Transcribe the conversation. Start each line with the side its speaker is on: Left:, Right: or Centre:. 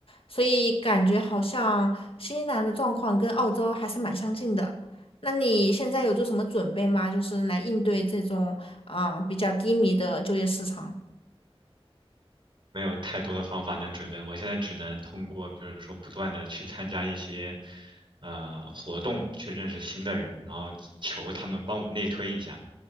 Left: 所以感觉好像新西兰的状况跟澳洲还是蛮相近的。那你现在有做什么准备吗？就是来应对这种啊、比较低迷的就业市场。
Right: 没有太多的方法能准备，我现在只能通过，比如说不断的去参加一些呃活动，去认识新的人，然后求他们帮我内推一下，